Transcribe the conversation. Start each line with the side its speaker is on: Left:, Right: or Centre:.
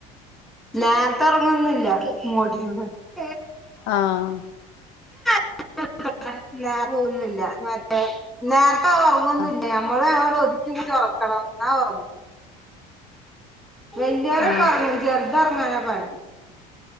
Centre: നേരത്തെ ഒർങ്ങൊന്നില്ല <unintelligible>
Left: ആഹ
Centre: <unintelligible> നേ പോകൊന്നില്ല മറ്റേ നേരത്തെ ഉറങ്ങൊന്നില്ല
Left: ആ
Centre: നമ്മള്. ഒതുക്കി പുട്‌ച്ച് ഉറക്കണം ന്നാ ഒർങ്ങും. വെല്യോലൊക്കെ
Left: ആ
Centre: ഒർങ്ങും ചെർത് ഉറങ്ങാനാ പണി.